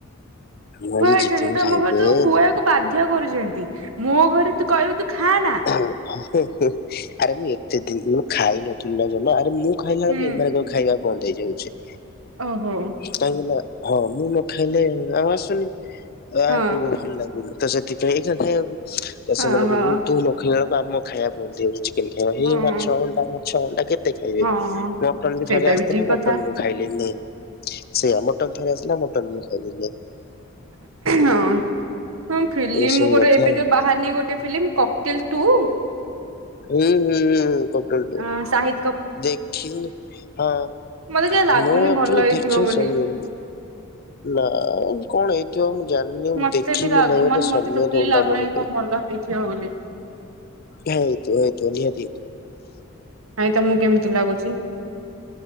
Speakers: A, on the left; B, on the right.
A: ମୁଁ
B: ଖୁଆଇଛନ୍ତି
A: ଆଜି ଚିକେନ
B: ତ
A: ଖାଇଦେଲି
B: ଆମ ଘରେ ତ ଖୁଆଇବାକୁ ବାଧ୍ୟ କରୁଛନ୍ତି, ମୋ ଘରେ ତୁ କହିବେ ତୁ ଖା ନା
A: ଆରେ ମୁଁ ଏତେ ଦିନ ଖାଇ ନଥିଲି ନା ଜମା, ଆରେ ମୁଁ ଖାଇଲା ବେଳକୁ
B: ହୁଁ
A: ଏମାନଙ୍କର ଖାଇବା ବନ୍ଦ ହେଇଯାଉଛି।
B: ଓହୋ।
A: କାହିଁକି ନା ହଁ ମୁଁ ନ ଖାଇଲେ ଆଉ ଆସୁନି ଆକୁ
B: ହଁ
A: ଭଲ ଲାଗୁନି। ତ ସେଥିପାଇଁ ଏଇା ଖାଇବାକୁ, ତ
B: ହଁ
A: ସେମାନେ
B: ହଁ
A: କହିଲେ ତୁ ନଖେଇଲା ବେଳକୁ ଆମ ଖାଇବା ବନ୍ଦ ହେଇଯାଉଛି। କେତେ
B: ହଁ
A: ଏଇ ମାଛ ଅଣ୍ଡା ମାଛ ଅଣ୍ଡା କେତେ ଖାଇବେ,
B: ହଁ
A: ମଟନ ବି
B: ସେଇଟା
A: ଥରେ ଆସିଥିଲା
B: ଠିକ କଥା
A: ମଟନ ମୁଁ ଖାଇଲିନି ସେଇଆ ମଟନ ଥରେ ଆସିଲା ମଟନ ମୁଁ ଖାଇଲିନି।
B: ହଁ ହଁ ଫିଲ୍ମ
A: ଏଇ ସବୁ
B: ଗୋଟ
A: କଥା
B: ଏବେ
A: ଆଉ।
B: ଯୋଉ ବାହାରନି ଗୋଟେ ଫିଲ୍ମ କକ୍ଟେଲ ଟୁ?
A: ହୁଁ ହୁଁ ହୁଁ କଟ
B: ଅଁ ସାହି
A: ଦେଖିନି ହଁ ମୁଁ
B: ମତେ କାଇଁ ଲାଗୁନି
A: ଆକଚ୍ୟେଲି
B: ଭଲ ହେଇଥିବ
A: ଦେଖନି
B: ବୋଲି।
A: ସମନ ନାଁ। କଣ ହେଇଥିବ ମୁଁ ଜାଣିନି ମୁଁ
B: ମତେ
A: ଦେଖିବି
B: ବି ଲାଗୁ
A: ନାହିଁ ମୋତେ
B: ମାନେ
A: ସମୟ
B: ମତେ ଟୋଟାଲି
A: ଦ
B: ଲାଗୁନାହିଁ
A: ଡାଉନଲୋଡ ପାଇଁ।
B: କଣ ଭଲ ହେଇଥିବ ବୋଲି।
A: ଯାହା ହେଇଥିବ ହେଇଥିବ ନିହାତି
B: ନାଇଁ ତମକୁ କେମିତି ଲାଗୁଚି।